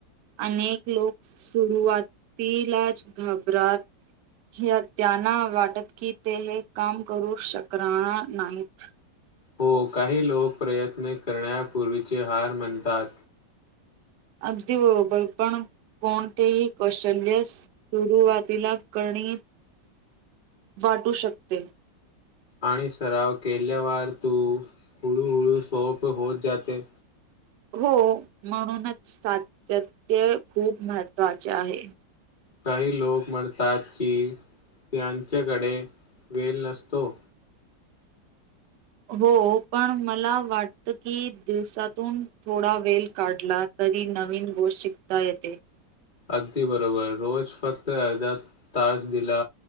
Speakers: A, on the right; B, on the left.
A: अनेक लोक सुरुवातीलाच घाबरात हे त्यांना वाटत की ते हे काम करू शकणार नाहीत.
B: हो काही लोक प्रयत्न करण्यापूर्वीचे हार म्हणतात.
A: अगदी बरोबर, पण कोणतेही कौशल्य सुरुवातीला कनी वाटू शकते.
B: आणि सराव केल्यावर तू हूळूहूळू सोप होत जाते.
A: हो म्हणूनच सातत्य खूप महत्त्वाचे आहे.
B: काही लोक म्हणतात की त्यांच्याकडे वेल नसतो.
A: हो पण मला वाटतं की दिवसातून थोडा वेळ काढला तरी नवीन गोष्ट शिकता येते.
B: अगदी बरोबर रोज फक्त अर्धा तास दिला